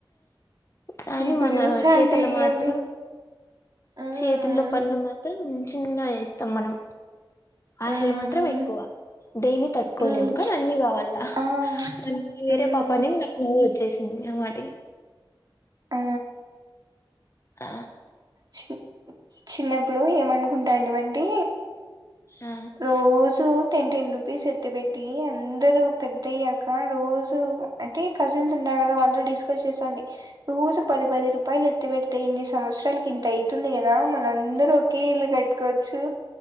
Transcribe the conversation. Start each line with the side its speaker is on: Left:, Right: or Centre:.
Left: కానీ
Right: ఇప్పుడు
Left: మన
Right: చూసా
Left: చేతల
Right: అంటే
Left: మాత్రం
Right: ఏంది మ్మ్
Left: చేతుల్లో పనులు మాత్రం చిన్నగ చేస్తాం మనం ఆశలు
Right: మ్మ్
Left: మాత్రం ఎక్కువ దేన్ని తట్టుకోలేము
Right: మ్మ్
Left: కని అన్ని గావాల్ల
Right: ఆ
Left: మన్నకి వేరే
Right: మ్మ్
Left: పాపాన్నింది నాకీయ్యి చ్చేసింది అమాటే
Right: ఆ
Left: ఆ
Right: చి చిన్నప్పుడు ఏమనుకుంటాడిమంటే
Left: ఆ
Right: రోజూ టెన్ టెన్ రూపీస్ ఎత్తి పెట్టి అందరు పెద్దయ్యాక రోజు అంటే కజిన్స్ ఉండ అల్లద వాళ్ళు డిస్కస్ జేశాండి రోజు పది పది రూపాయిలు ఎత్తి పెడ్తే ఇన్ని సంవత్సరాలకిం తయితుంది గదా మనందరూ ఒకే ఇల్లు కట్టుకోచ్చు